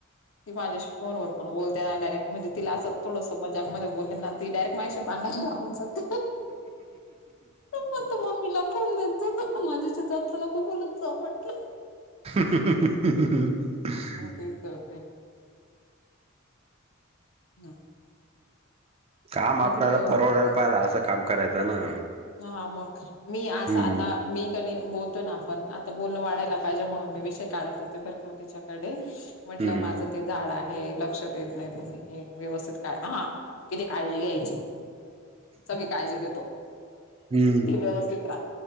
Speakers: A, on the left (about 75°); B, on the right (about 30°).
A: ती माझ्याशी फोनवर पन बोलते ना डायरेक्ट म्हणजे तिला असं थोडसं मजाकमध्ये बोलले ना डायरक्ट माझ्याशी भांडण लावून जात मग त मम्मीला फोन देत ज माझ्या शी जास्त नको बोलत जाऊ म्हंटलं.
B: ह हा हा
A: ते करते हम
B: काम
A: म्हटलं
B: आपल्याला परवडायला पाहिजेल असं काम करायचं ना
A: हा मग मी अस
B: हम्म
A: आता मी त्यांनी बोलतोय ना आपण आता बोलणं वाढायला पाहिजे म्हणून मी विषय काढत होते बरं का त्याच्याकडे म्हटलं
B: हम्म
A: माझं ते झाड आहे लक्ष देत नाही तुम्ही व्यवस्थित काय हा किती काळजी घ्यायची. सगळी काळजी घेतो.
B: हम्म
A: ती व्यवस्थित राह